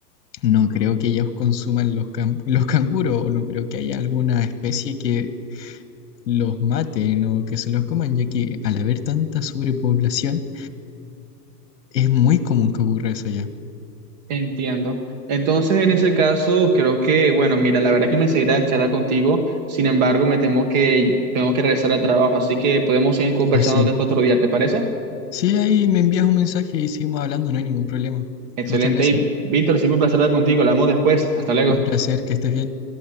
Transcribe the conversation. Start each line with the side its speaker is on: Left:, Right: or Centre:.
Left: no creo que ellos consuman los, cam- los canguros, o no creo que haya alguna especie que los maten o que se los coman, ya que al haber tanta sobrepoblación, es muy común que ocurra eso allá.
Right: Entiendo. Entonces, en ese caso, creo que, bueno, mira, la verdad es que me seguirá charlar contigo. Sin embargo, me temo que tengo que regresar al trabajo, así que podemos seguir conversando
Left: O sí.
Right: de esto otro día, ¿te parece?
Left: Sí, ahí me envías un mensaje y seguimos hablando, no hay ningún problema.
Right: Excelente.
Left: Muchas gracias.
Right: Y Víctor, siempre un placer hablar contigo. Hablamos después. Hasta luego.
Left: Un placer, que estés bien.